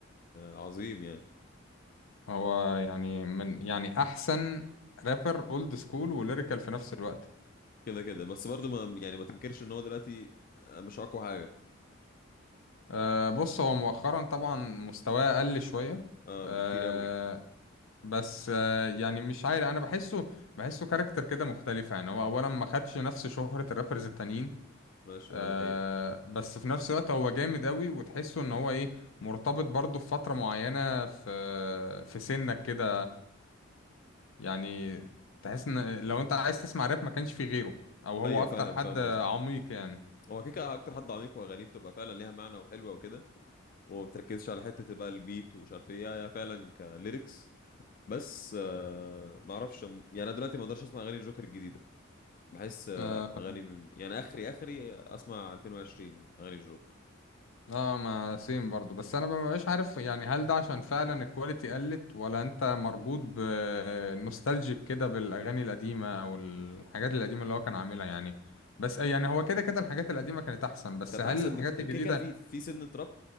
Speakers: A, on the left; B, on the left.
A: عظيم يعني
B: هو يعني من يعني احسن رابر اولد سكول وليريكال في نفس الوقت
A: كده كده بس برضه ما يعني ما تنكرش ان هو دلوقتي مش اقوى حاجه
B: آه بص هو مؤخرا طبعا مستواه قل شويه
A: اه
B: آه
A: بكتير قوي
B: بس آه يعني مش عارف انا بحسه بحسه كاركتر كده مختلفه يعني هو اولا ما خدش نفس شهره الرابرز التانيين
A: ماشي
B: آه
A: اه دي حقيقه
B: بس في نفس الوقت هو جامد قوي وتحسه ان هو ايه مرتبط برضه في فترة معينة في في سنك كده يعني تحس ان لو انت عايز تسمع راب ما كانش في غيره او هو
A: ايوه
B: اكتر
A: فاهم
B: حد
A: فاهم
B: عميق
A: قصدك
B: يعني
A: هو كيكا اكتر حد عميق واغانيه بتبقى فعلا ليها معنى وحلوه وكده وما بتركزش على حته بقى البيت ومش عارف ايه هي فعلا كليركس بس آه ما اعرفش يعني انا دلوقتي ما اقدرش اسمع اغاني الجوكر الجديده بحس آه
B: اه
A: لا اغاني من- يعني اخري اخري اسمع 2020 اغاني الجوكر
B: آه، ما سيم برضو بس انا ما بقاش عارف يعني هل ده عشان فعلا الكواليتي قلت ولا انت مربوط بنوستالجيك كده بالاغاني القديمه او الحاجات القديمه اللي هو كان عاملها يعني بس يعني هو كده كده الحاجات القديمه كانت احسن بس
A: كانت
B: هل
A: احسن
B: الحاجات
A: بكت...
B: الجديده
A: كيكه في في سن تراب